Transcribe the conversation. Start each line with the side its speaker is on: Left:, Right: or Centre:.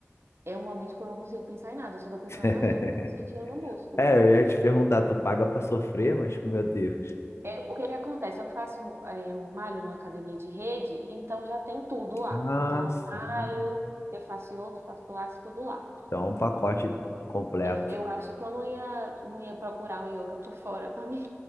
Right: é um momento que eu não consigo pensar em nada, eu só tô pensando
Left: <laughs>
Right: na dor que eu tô sentindo no músculo.
Left: É, eu ia te perguntar, tu paga pra sofrer, mas meu Deus.
Right: É, o que que acontece? Eu faço, é, eu malho numa academia de rede, então já tem tudo lá.
Left: Ah,
Right: Então eu
Left: sim.
Right: malho, eu faço yoga, eu faço pilates, tudo lá.
Left: Então, um pacote completo.
Right: É, eu acho que eu não ia, não ia procurar um yoga por fora pra mim